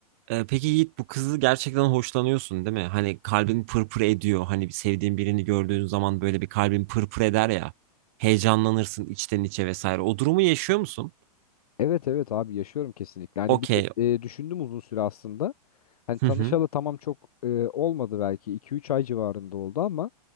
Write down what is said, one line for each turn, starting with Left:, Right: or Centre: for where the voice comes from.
Right: Ee, peki Yiğit bu kızı gerçekten hoşlanıyorsun değil mi? Hani kalbin pırpır ediyor. Hani bir sevdiğin birini gördüğün zaman böyle bir kalbin pırpır eder ya. Heyecanlanırsın içten içe vesaire. O durumu yaşıyor musun?
Left: Evet evet abi yaşıyorum kesinlikle. Hani
Right: Okey.
Left: bir e, düşündüm uzun süre aslında. Hani
Right: Hı
Left: tanışalı
Right: hı.
Left: tamam çok e, olmadı belki iki üç ay civarında oldu ama